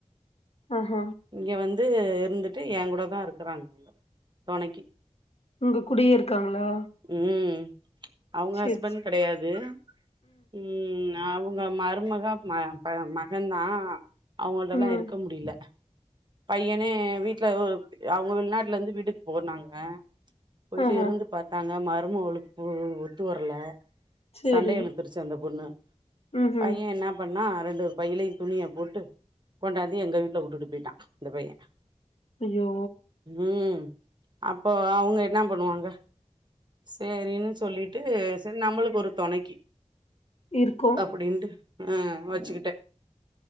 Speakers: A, on the left (about 55°); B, on the right (about 40°).
A: ஆஹ
B: இங்கே வந்து இருந்துட்டு என் கூடதா இருக்குறாங்க தொணைக்கி
A: உங்கக்கூடியே இருக்காங்களா
B: ம் அவுங்க
A: சேரி
B: ஹஸ்பண்ட்
A: சேரி
B: கடையாது ம் அவுங்க மருமக ம மகன்ந்தா அவுங்கள்ட்டல்லா
A: ம்
B: இருக்க முடில பையனே வீட்ல அவுங்க வெள்நாட்லந்து வீட்டுக்கு போன்னாங்க போயிட்டு
A: ஆஹா
B: இருந்து பாத்தாங்க மருமவுளுக்கு ஒத்து வர்ல
A: சரி.
B: சண்ட இழுத்துருச்சு அந்த பொண்ணு
A: ம்ஹ்ம்.
B: பையன் என்ன பண்ணா ரண்டு பையிலையு துணிய போட்டு கொண்டாந்து எங்க வீட்ல உட்டுட்டு போயிட்டான் இந்த பையன்
A: ஐயோ
B: ம் அப்போ அவுங்க என்ன பண்ணுவாங்க சேரின்னு சொல்லிட்டு செரி நம்மளுக்கு ஒரு தொனக்கி
A: இருக்கு
B: அப்டின்ட்டு ஆ வெச்சுக்கிட்டேன்